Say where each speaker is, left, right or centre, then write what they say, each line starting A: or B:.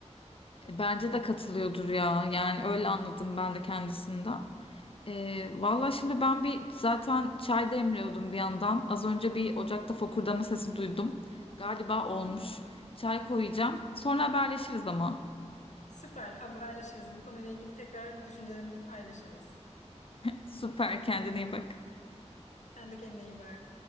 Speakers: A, on the left; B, on the left.
A: E, Bence de katılıyordur ya. Yani öyle anladım ben de kendisinden. Ee, valla şimdi ben bir zaten çay demliyordum bir yandan. Az önce bir ocakta fokurdama sesi duydum. Galiba olmuş.
B: Hı hı.
A: Çay koyacağım. Sonra haberleşiriz ama.
B: Süper haberleşiriz. Bu konuyla ilgili tekrar düşüncelerimizi paylaşırız.
A: Süper kendine iyi bak.
B: Sen de kendine iyi bak.